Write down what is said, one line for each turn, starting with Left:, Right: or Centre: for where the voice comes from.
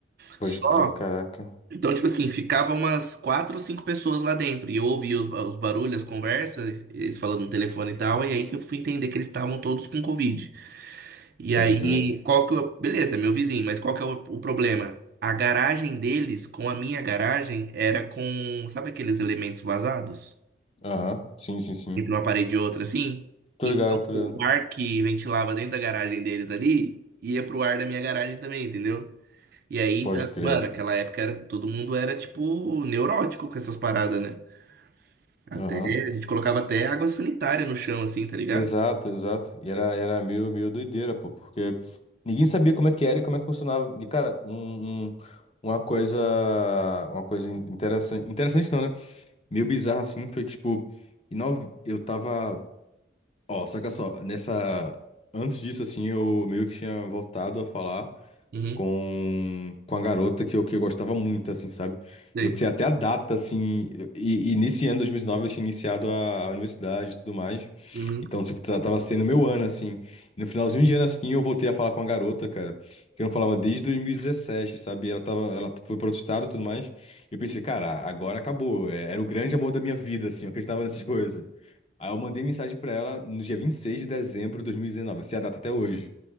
Left: Pode
Right: Só
Left: crer, caraca.
Right: então, tipo assim, ficava umas quatro ou cinco pessoas lá dentro. E eu ouvia os, ba- os barulhos, as conversas, eles falando no telefone e tal. E aí que eu fui entender que eles estavam todos com Covid. E
Left: Pode
Right: aí,
Left: crer.
Right: qual que eu... Beleza, meu vizinho, mas qual que é o, o problema? A garagem deles, com a minha garagem, era com... Sabe aqueles elementos vazados?
Left: Aham, sim, sim, sim.
Right: Entre uma parede e outra, assim?
Left: Tô
Right: Então,
Left: ligado, tô
Right: o
Left: ligado.
Right: ar que ventilava dentro da garagem deles ali, ia pro ar da minha garagem também, entendeu? E aí,
Left: Pode
Right: tá,
Left: crer.
Right: mano, aquela época era, todo mundo era, tipo, neurótico com essas paradas, né? Até,
Left: Aham.
Right: a gente colocava até água sanitária no chão, assim, tá ligado?
Left: Exato, exato. E era, era meio, meio doideira, pô, porque ninguém sabia como é que era e como é que funcionava. E, cara, um, um- uma coisa. Uma coisa interessante. Interessante não, né? Meio bizarra assim, foi que, tipo, em nove eu tava. Ó, saca só, nessa. Antes disso, assim, eu meio que tinha voltado a falar
Right: Uhum,
Left: com, com a garota que eu, que eu gostava muito, assim, sabe?
Right: sei.
Left: Eu sei até a data, assim, e, e nesse ano, 2009 eu tinha iniciado a, a universidade e tudo mais.
Right: Uhum,
Left: Então, tipo, tá- tava sendo meu ano, assim. E no finalzinho de ano, assim, eu voltei a falar com a garota, cara, que eu não falava desde dois mil e dezessete sabe? Ela tava, ela foi pro outro estado e tudo mais. E eu pensei, cara, agora acabou. É- Era o grande amor da minha vida, assim, eu acreditava nessas <laughs> coisas. Aí eu mandei mensagem pra ela no dia 26 de dezembro de 2019, assim, a data até hoje.